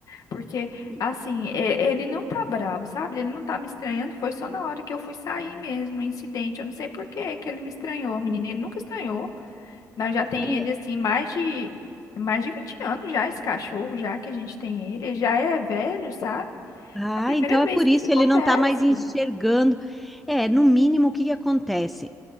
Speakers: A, on the left (about 65°); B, in the centre.
A: Porque,
B: e-
A: assim, e- ele não tá bravo, sabe? Ele não tá me estranhando. Foi só na hora que eu fui sair mesmo, o incidente. Eu não sei por que que ele me estranhou, menina.
B: uhum.
A: Ele nunca estranhou. Nós já tem
B: É.
A: ele, assim, mais de, mais de 20 anos já, esse cachorro, já que a gente tem ele. Ele já é velho, sabe?
B: Ah,
A: É a primeira
B: então é
A: vez
B: por
A: que
B: isso
A: isso acontece.
B: ele não está mais enxergando. É, no mínimo, o que que acontece?